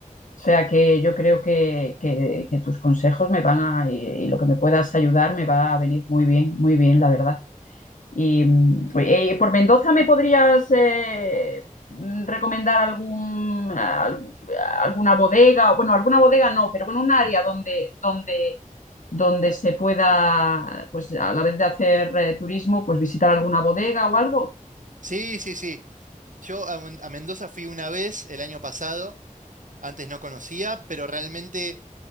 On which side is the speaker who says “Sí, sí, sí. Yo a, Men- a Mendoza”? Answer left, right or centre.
Right